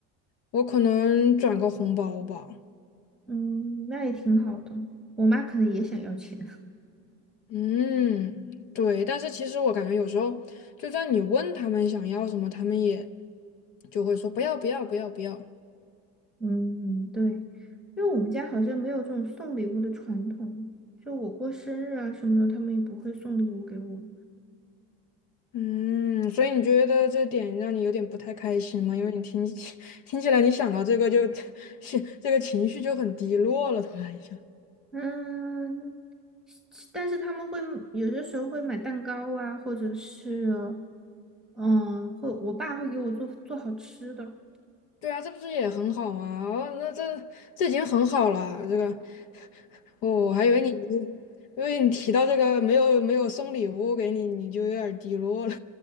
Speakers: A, on the left; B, in the centre.
A: 我可能转个红包吧。
B: 嗯，那也挺好的。我妈可能也想要钱。
A: 嗯，对。但是其实我感觉有时候，就算你问他们想要什么，他们也就会说不要不要不要不要。
B: <laughs> 嗯，对，因为我们家好像没有这种送礼物的传统，就我过生日啊什么的，他们也不会送礼物给我。
A: 嗯，所以你觉得这点让你有点不太开心吗？因为你听起 <laughs> 听起来，你想到这个就 <laughs> 是这个情绪就很低落了，突然一下。
B: 嗯，其但是他们会有些时候会买蛋糕啊，或者是，嗯，会我爸会给我做做好吃的。
A: 对啊，这不是也很好吗？哦，那这这已经很好了。这个，哦，我还以为你，因为你提到这个没有没有送礼物给你，你就有点儿低落了。